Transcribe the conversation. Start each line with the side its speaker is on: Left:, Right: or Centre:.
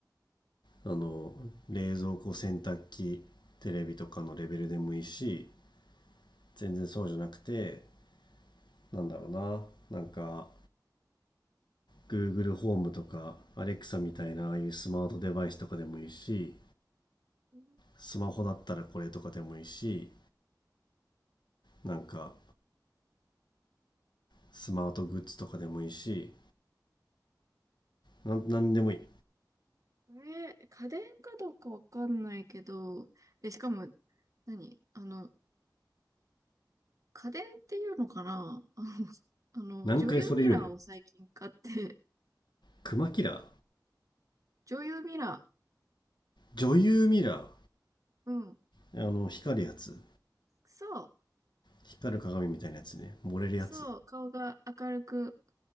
Left: あの冷蔵庫洗濯機テレビとかのレベルでもいいし全然そうじゃなくてなんだろうななんか Google ホームとか Alexa みたいなああいうスマートデバイスとかでもいいし
Right: うん
Left: スマホだったらこれとかでもいいしなんかスマートグッズとかでもいいしなんでもいい
Right: えー、家電かどうかわかんないけど、で、しかも何あの、家電っていうのかなあ、<laughs> あの、女優ミラーを最近買って、
Left: 何回それ言うねん
Right: <laughs>
Left: クマキラー
Right: 女優ミラ
Left: 女優ミラ
Right: ー。うん。
Left: ーあの光るやつ
Right: そう。
Left: 光る鏡みたいなやつね漏れるやつ
Right: そう。顔が明るく